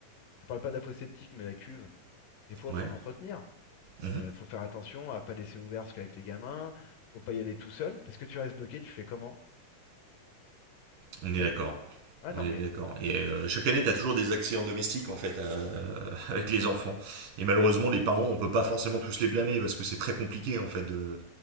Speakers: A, on the left; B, on the right.
A: je parle pas de la fosse septique, mais la cuve, des fois,
B: mhm,
A: faut
B: ouais.
A: l'entretenir.
B: mhm.
A: Euh, faut faire attention à pas laisser ouvert parce qu'avec les gamins, faut pas y aller tout seul, parce que tu restes bloqué, tu fais comment?
B: On est
A: Ah
B: d'accord.
A: oui? Ah non,
B: On est
A: mais
B: d'accord. Et euh, chaque année, tu as toujours des accidents domestiques, en fait, euh, avec les enfants. Et malheureusement, les parents, on peut pas forcément tous les blâmer parce que c'est très compliqué, en fait, de-